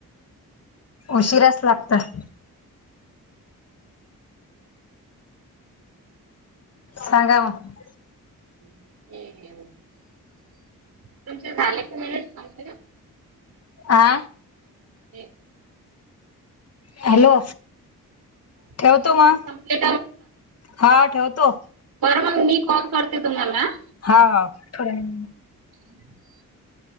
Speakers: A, on the left; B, on the right.
A: उशिराच लागतात. सांगा मग
B: <unintelligible> तुमचे झाले की नाही म्हंटल?
A: आ
B: ते
A: हॅलो!
B: तुमचे
A: ठेवतो
B: मिनिट
A: मग,
B: संपले
A: हा ठेवतो
B: बर मग मी कॉल करते तुम्हाला आ
A: हा हा, थोड्या वेळानी
B: <inaudible>